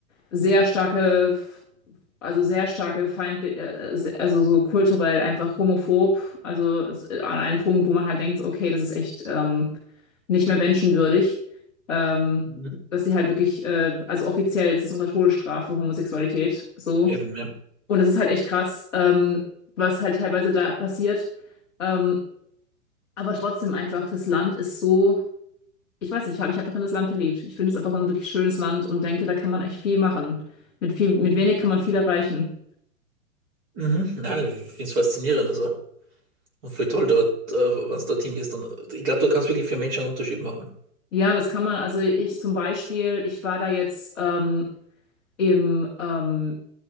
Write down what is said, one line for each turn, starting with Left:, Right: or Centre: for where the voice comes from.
Centre: sehr starke, also sehr starke Feind, äh, se- also so kulturell einfach homophob, also s- an einen Punkt, wo man halt denkt, so, okay, das ist echt ähm, nicht mehr menschenwürdig, ähm,
Right: Mhm.
Centre: dass sie halt wirklich, äh, also offiziell ist es unter Todesstrafe Homosexualität, so.
Right: Eben, ja.
Centre: Und es ist halt echt krass, ähm, was halt teilweise da passiert. Ähm, aber trotzdem einfach, das Land ist so ich weiß nicht, ich habe mich einfach in das Land verliebt. Ich finde es einfach ein wirklich schönes Land und denke, da kann man echt viel machen. Mit viel, mit wenig kann man viel erreichen.
Right: Mhm. Nein, ich finde es faszinierend. Also. Und voll toll dort, äh, wenn es dorthin gehst. Und ich glaube, da kannst du wirklich für Menschen einen Unterschied machen.
Centre: Ja, das kann man. Also ich zum Beispiel, ich war da jetzt ähm, im, ähm,